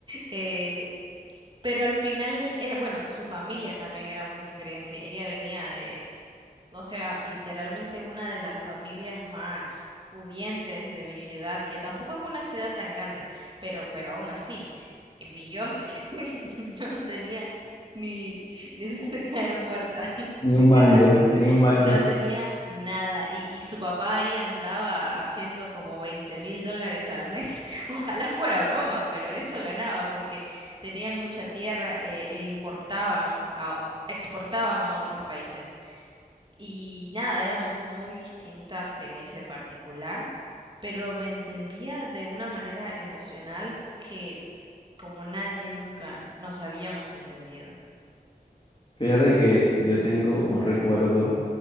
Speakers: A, on the right; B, on the left.
A: Eh, pero al final del, eh, bueno, su familia también era muy diferente, ella venía de o sea, literalmente una de las familias más pudientes de mi ciudad, que tampoco es una ciudad tan grande, pero, pero aún así, en yo, <laughs> yo no tenía ni, ni dónde caer muerta, <laughs>
B: Ni
A: literalmente,
B: un mango, ni un mango.
A: no tenía nada. Y, y su papá ahí andaba haciendo como veinte mil dólares al mes. <laughs> Ojalá fuera broma, pero eso ganaba porque tenían mucha tierra eh, e importaban, a- exportaban a otros países. Y nada, éramos muy distintas en ese particular, pero me entendía de una manera emocional que como nadie nunca nos habíamos entendido.
B: Fíjate que yo tengo un recuerdo,